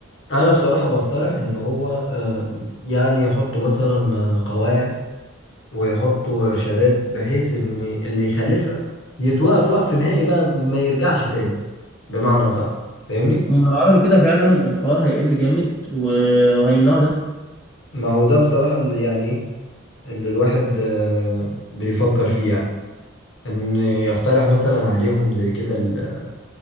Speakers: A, on the left (about 65°); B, on the left (about 30°).
A: أنا بصراحة بقترح إن هو آه، يعني يحطوا مثلا آه، قواعد ويحطوا إرشادات بحيث إن اللي يخالفها يتوقف وقف نهائي بقى ما يرجعش تاني بمعنى صح فاهمني؟
B: هم لو عملوا كده فعلا الحوار هيقل جامد و- وهيمنعوا ده
A: ما هو ده بصراحة اللي يعني إيه اللي الواحد آه، بيفكر فيه يعني إن يقترح مثلا عليهم زي كده ال-